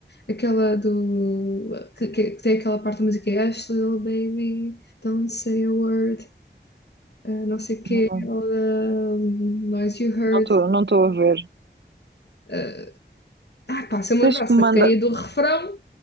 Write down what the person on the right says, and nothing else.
não
estou não estou a ver.
Tens
que me
mandar,